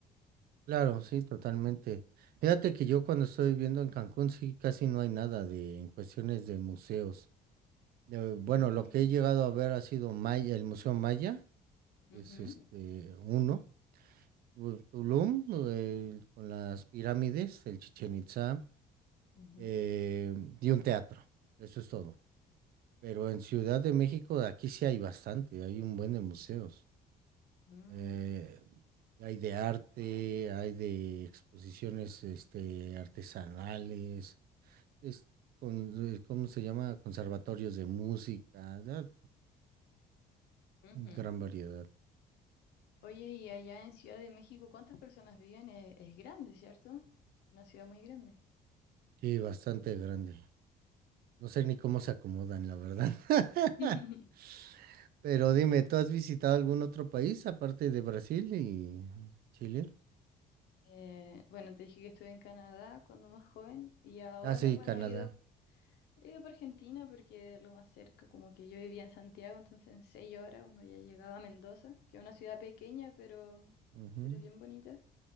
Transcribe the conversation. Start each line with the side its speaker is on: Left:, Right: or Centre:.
Right: Claro, sí, totalmente. Fíjate que yo cuando estoy viviendo en Cancún, sí, casi no hay nada de en cuestiones de museos. De- bueno,
Left: Mm,
Right: lo que he llegado a ver ha sido Maya, el Museo Maya, que
Left: Ujú,
Right: es este uno. u- Tulum, eh, con las pirámides, el Chichen Itzá,
Left: ujú,
Right: eh, y un teatro. Eso es todo. Pero en Ciudad de México, aquí sí hay bastante, hay un buen de museos.
Left: ujú,
Right: Eh, hay de arte, hay de exposiciones este, artesanales, es con, eh, ¿cómo se llama? Conservatorios de música, da
Left: ujú,
Right: gran
Left: ujú.
Right: variedad.
Left: Oye, y allá en Ciudad de México, ¿cuántas personas viven? Es, es grande, ¿cierto? Una ciudad muy grande.
Right: Sí, bastante grande. No sé ni cómo se acomodan, la verdad. <laughs>
Left: <laughs>
Right: Pero dime, ¿tú has visitado algún otro país aparte de Brasil y Chile?
Left: Eh, bueno, te dije que estuve en Canadá cuando más joven y ahora,
Right: Ah, sí,
Left: bueno,
Right: Canadá.
Left: he ido, he ido por Argentina porque lo más cerca, como que yo vivía en Santiago, entonces en seis horas uno ya llegaba a Mendoza, que es una ciudad pequeña, pero,
Right: Ujú,
Left: pero es bien bonita.